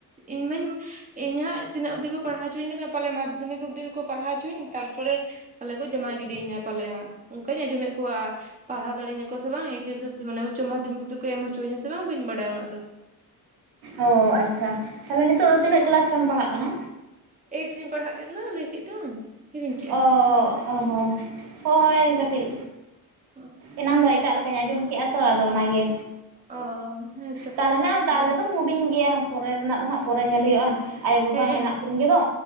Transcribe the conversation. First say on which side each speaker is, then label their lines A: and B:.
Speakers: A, on the right; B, on the right.
A: ᱤᱧ ᱢᱟᱧ ᱤᱧ ᱦᱟᱸᱜ ᱛᱤᱱᱟᱹᱜ ᱚᱵᱫᱤ ᱠᱚ ᱯᱟᱲᱦᱟᱣ ᱦᱚᱪᱚᱧ ᱠᱟᱱᱟ ᱯᱟᱞᱮ ᱢᱟᱫᱽᱫᱷᱚᱢᱤᱠ ᱚᱵᱫᱤ ᱜᱮᱠᱚ ᱯᱟᱲᱦᱟᱣ ᱦᱚᱪᱚᱧ ᱛᱟᱨᱯᱚᱨᱮ ᱯᱟᱞᱮ ᱠᱚ ᱡᱟᱢᱟᱭ ᱜᱤᱰᱤᱧᱟᱹ ᱯᱟᱞᱮ ᱦᱟᱸᱜ ᱚᱱᱠᱟᱧ ᱟᱸᱡᱚᱢᱮᱫ ᱠᱚᱣᱟ ᱯᱟᱲᱦᱟᱣ ᱫᱟᱲᱮᱧᱟᱹ ᱠᱚ ᱥᱮ ᱵᱟᱝ ᱮᱭᱤᱪᱮᱥ ᱢᱟᱱᱮ ᱩᱪᱪᱚ ᱢᱟᱫᱷᱚᱢᱤᱠ ᱫᱚᱠᱚ ᱮᱢ ᱦᱚᱪᱚᱧᱟ ᱥᱮ ᱵᱟᱝ ᱵᱟᱹᱧ ᱵᱟᱲᱟᱭᱟ ᱚᱱᱟ ᱫᱚ
B: ᱚ ᱟᱪᱪᱷᱟ ᱛᱟᱦᱞᱮ ᱱᱤᱛᱚᱜ ᱫᱚ ᱛᱤᱱᱟᱹᱜ ᱠᱮᱞᱟᱥ ᱨᱮᱢ ᱯᱟᱲᱦᱟᱜ ᱠᱟᱱᱟ?
A: ᱮᱭᱤᱴ ᱨᱮᱧ ᱯᱟᱲᱦᱟᱜ ᱠᱮᱱ ᱫᱚ ᱞᱟᱹᱭ ᱠᱮᱫ ᱫᱚᱧ ᱦᱤᱲᱤᱧ ᱠᱮᱜᱼᱟ
B: ᱚ ᱦᱚᱸ ᱦᱳᱭ ᱠᱟᱹᱴᱤᱡ
A: ᱚ
B: ᱮᱱᱟᱝ ᱫᱚ ᱮᱴᱟᱜ ᱞᱮᱠᱟᱧ ᱟᱸᱡᱚᱢ ᱠᱮᱫᱼᱟ ᱛᱚ ᱟᱫᱚ ᱚᱱᱟᱜᱮ
A: ᱚ ᱦᱮᱸᱛᱚ
B: ᱛᱟᱦᱚᱞᱮ ᱱᱟ ᱛᱟᱦᱚᱞᱮ
A: ᱦᱮᱸ
B: ᱫᱚᱢ ᱦᱮᱰᱤᱧ ᱜᱮᱭᱟ ᱯᱚᱨᱮ ᱨᱮᱱᱟᱜ ᱫᱚ ᱦᱟᱸᱜ ᱯᱚᱨᱮ ᱧᱮᱞ ᱦᱩᱭᱩᱜᱼᱟ ᱟᱭᱳᱼᱵᱟᱵᱟ
A: ᱦᱮᱸ
B: ᱦᱮᱱᱟᱜ ᱠᱤᱱ ᱜᱮᱫᱚ